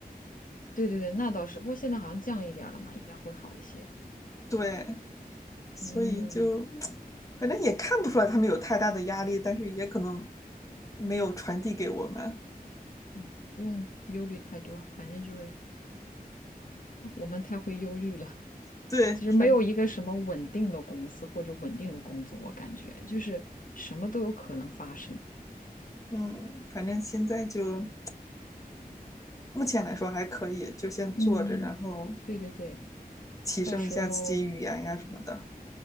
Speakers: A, on the left (about 60°); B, on the left (about 20°).
A: 对对对，那倒是。不过现在好像降一点儿了嘛，应该会好一些。
B: <laughs> 对，所以就
A: 嗯
B: 反正也看不出来他们有太大的压力，但是也可能没有传递给我们。
A: 嗯，不用忧虑太多，反正就是我们太会忧虑了。
B: 对，
A: <laughs> 其实没有一个什么稳定的公司或者稳定的工作，
B: 反
A: 我感觉就是什么都有可能发生。
B: 嗯，反正现在就目前来说还可以，就先做着，
A: 嗯，
B: 然后
A: 对对对，
B: 提升一下自己语言呀什么的。
A: 到时候